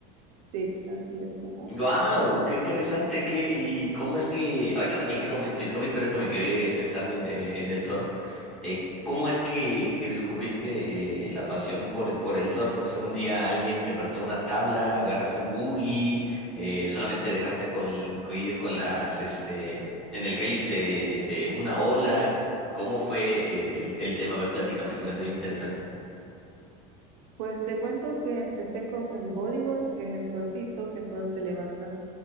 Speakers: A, on the right (about 75°); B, in the centre.
A: Sí, así es, ajá.
B: Wow, qué interesante. ¿Qué, y cómo es que, ahorita te platico mi- mis hobbies, pero es que me quedé pensando en, eh, en el surf. Eh, ¿cómo es que, que descubriste eh, la pasión por, por el surf? O sea, un día alguien te prestó una tabla, agarraste un buggy, eh, solamente dejarte con, ir con las, este, en el helix de, de una ola. ¿Cómo fue eh, el, el tema? A ver, platícame, se me hace bien interesante.
A: Pues te cuento que empecé con el bodyboard, que es el cortito, que solo te levantas